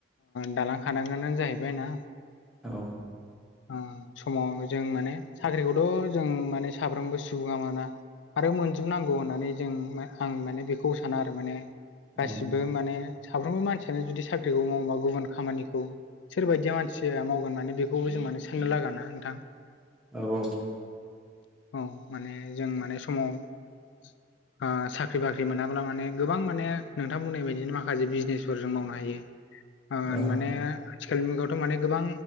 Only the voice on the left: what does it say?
दालां खानांगोनानो जाहैबाय ना?
ओ समाव जों माने साख्रिखौथ' जों माने साफ्रोमबो दुगामाना आरो मोनजोबनांगौ होननानै जों मा आं माने बेखौ साना आरो माने । गासिबो
माने साफ्रोमबो मानसियानो जुदि साख्रिखौ मावोबा गुबुन खामानिखौ । सोरबायदिया मानसिया मावगोन माने बेखौबो जों माने साननो लागोना नोंथां ।
औ माने जों माने समाव । आ साख्रि बाख्रि मोनाब्ला माने गोबां माने नोंथां बुंनाय बायदियै माखासे बिजनेसफोर जों मावनो हायो । आ
माने । आथिखाल मुगायावथ' माने गोबां